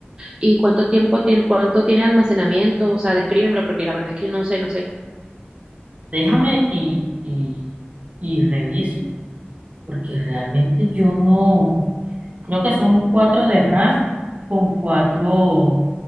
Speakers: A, on the right; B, on the right.
A: ¿Y cuánto tiempo tiene, cuánto tiene almacenamiento? O sea, descríbemelo porque la verdad es que no sé, no sé.
B: Déjame y, y, y reviso, porque realmente yo no. Creo que son 4 de RAM con 4